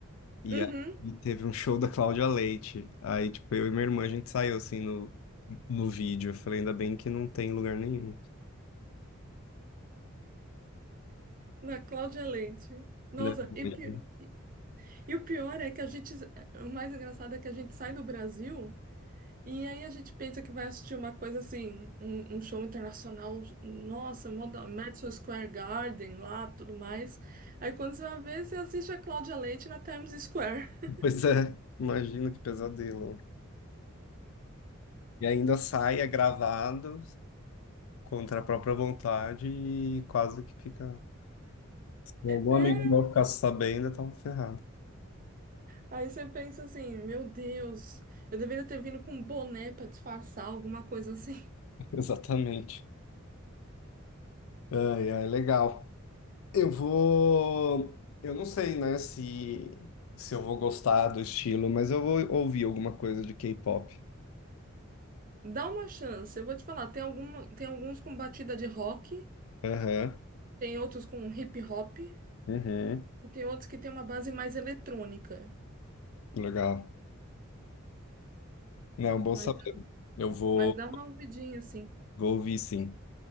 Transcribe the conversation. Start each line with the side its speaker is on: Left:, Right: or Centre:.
Left: E
Right: Uhum,
Left: aí teve um show da Cláudia Leite. Aí, tipo, eu e minha irmã, a gente saiu, assim, no, no vídeo. Eu falei, ainda bem que não tem em lugar nenhum,
Right: da Cláudia Leite. Nossa,
Left: né?
Right: e,
Left: <laughs>
Right: pi- e o pior é que a gente, o mais engraçado é que a gente sai do Brasil. E aí a gente pensa que vai assistir uma coisa assim, um, um show internacional, nossa, mó da- Madison Square Garden lá, tudo mais. Aí quando você vai ver, você assiste a Cláudia Leite na Times Square. <laughs>
Left: Pois é, imagina que pesadelo. E ainda sai, é gravado, contra a própria vontade e quase que fica... Se algum
Right: É.
Left: amigo meu ficasse sabendo, eu tava ferrado.
Right: Aí você pensa assim, meu Deus, eu deveria ter vindo com um boné para disfarçar, alguma coisa assim.
Left: <laughs> Exatamente. Ai, ai, legal. Eu vou. Eu não sei, né, se, se eu vou gostar do estilo, mas eu vou ouvir alguma coisa de K-pop.
Right: <laughs> Dá uma chance, eu vou te falar, tem alguma, tem alguns com batida de rock,
Left: Aham,
Right: tem outros com hip hop, e
Left: uhum,
Right: tem outros que tem uma base mais eletrônica.
Left: Legal. Não, bom
Right: Mas,
Left: saber. Eu vou,
Right: mas dá uma ouvidinha assim.
Left: vou ouvir sim.